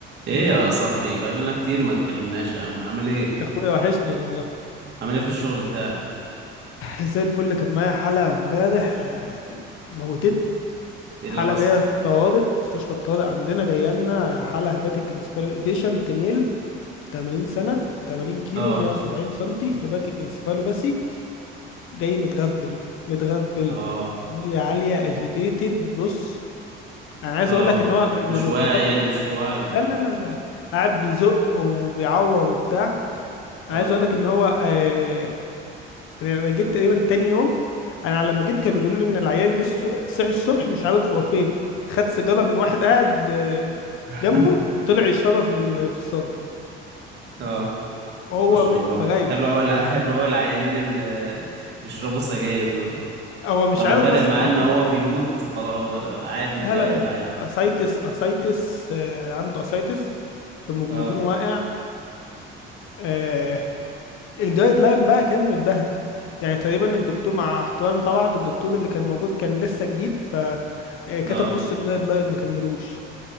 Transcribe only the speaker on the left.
يا اخويا وحشني والله
زي الفل كان معايا حالة امبارح آه، موتتني
حالة
جاية في الطوارئ مستشفى الطوارئ عندنا جاية لنا حالة هيباتيك انسفالو بيشنت ميل 80 سنة 80 كيلو
170 سنتي هيباتيك انسفالو باسي جاي متغربل متغربل
نوريا عالية اجيتيتد بص انا عايز
اقول لك ان هو من
المفارقات
لا لا لا لا لا. قاعد بيزق وبيعور وبتاع عايز
اقول لك ان هو آه، يعني انا جيت تقريبا تاني يوم انا لما جيت كانوا بيقولوا لي ان العيان جه الص- صحي الصبح مش عارف هو فين خد سيجاره من واحد قاعد آه،
جنبه وطلع يشربها في ال- في الصاله
وهو
م-
مغايب
هو مش
عارف
اصلا
هو
فين
لا
لا
اسايتس اسايتس آه، عنده اسايتس هيموجلوبينه
واقع آه، الجايد لاين بقى كان متبهدل يعني تقريبا الدكتور مع احترامي طبعا الدكتور اللي كان موجود كان لسه جديد ف آه، كتب
نص الجايد لاين ما كملوش